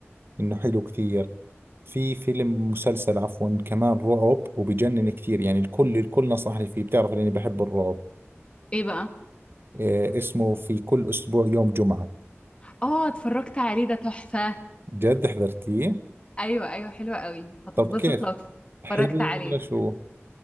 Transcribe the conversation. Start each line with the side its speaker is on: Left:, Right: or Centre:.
Right: انه حلو كثير في فيلم مسلسل عفوا كمان رعب وبجنن كثير يعني الكل الكل نصحني فيه بتعرف لاني بحب الرعب
Left: ايه بقى
Right: إيه اسمه في كل اسبوع يوم جمعة
Left: اه اتفرجت عليه ده تحفة
Right: جد حضرتيه
Left: ايوه ايوه حلو قوي هتتبسط
Right: طب كيف
Left: لو
Right: حلو
Left: اتفرجت عليه
Right: ولا شو